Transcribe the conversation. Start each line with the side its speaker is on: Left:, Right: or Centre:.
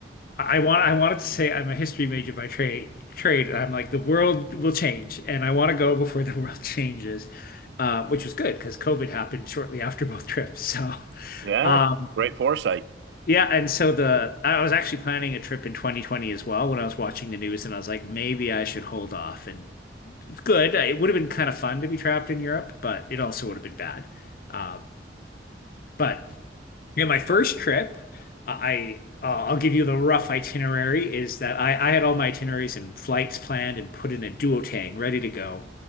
Left: I I want I wanted to say I'm a history major by trade trade and I'm like the world will change and I want to go before the world <laughs> changes uh, which was good because COVID happened shortly after both trips so
Right: Yeah,
Left: um,
Right: great foresight.
Left: yeah and so the I was actually planning a trip in 2020 as well when I was watching the news and I was like maybe I should hold off and it's good it would have been kind of fun to be trapped in Europe but it also would have been bad um, but Yeah, my first trip, uh, I uh, I'll give you the rough itinerary is that I I had all my itineraries and flights planned and put in a duotang ready to go